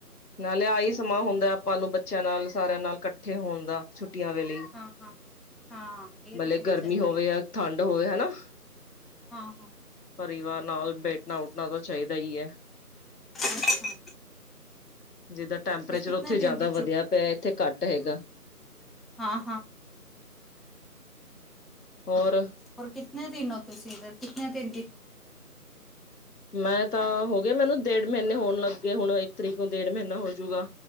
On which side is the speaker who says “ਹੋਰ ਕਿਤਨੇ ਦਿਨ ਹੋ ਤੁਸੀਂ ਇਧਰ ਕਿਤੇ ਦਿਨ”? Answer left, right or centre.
Centre